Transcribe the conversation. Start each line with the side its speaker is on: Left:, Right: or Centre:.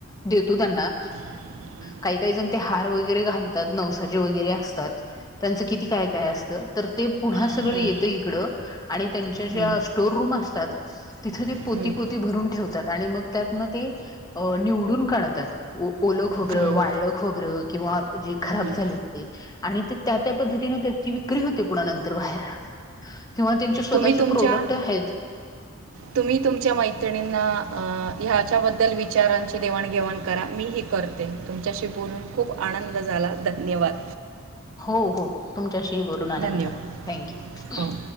Left: देतो त्यांना
Right: कटकट
Left: काही काही जण ते हार वगैरे घालतात नवसाज वगैरे असतात त्यांचं किती काय काय असतं तर ते पुन्हा
Right: हम्म,
Left: सगळं येतं इकडं आणि त्यांच्या ज्या
Right: हम्म,
Left: स्टोर रूम असतात तिथे ते
Right: हम्म,
Left: पोती पोती भरून ठेवतात आणि मग त्यातनं ते निवडून काढतात ओल खोबरं
Right: हम्म,
Left: वायलं
Right: हम्म,
Left: खोबरं किंवा जे खराब
Right: हम्म.
Left: झाले ते आणि ते त्या त्या पद्धतीने त्याची विक्री होते पुन नंतर बाहेर किंवा त्यांचे स्वतःचे
Right: तुम्ही तुमच्या
Left: प्रोडक्ट आहेत
Right: तुम्ही तुमच्या मैत्रिणींना ह्याच्याबद्दल विचारांची देवाणघेवाण करा मी ही करते तुमच्याशी बोलून खूप आनंद झाला धन्यवाद
Left: हो हो तुमच्या बोलून आनंद
Right: धन्यवाद
Left: झाला थँक यू
Right: हो